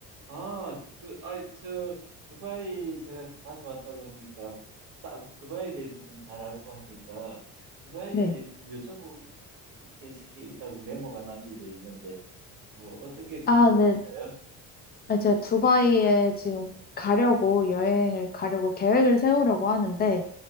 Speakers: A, on the right; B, on the left.
A: 아, 그, 아, 저, 두바이 제가 다녀왔다고 하니까, 따- 두바이에 대해서 좀 잘 알고 하니까, 두바이에
B: 네.
A: 대해서 뭐 여쭤볼 게 쉽게 있다고 메모가 남겨져 있는데, 뭐 어떤 게 궁금하신가요?
B: 아, 네. 아, 제가 두바이에 지금 가려고 여행을 가려고 계획을 세우려고 하는데,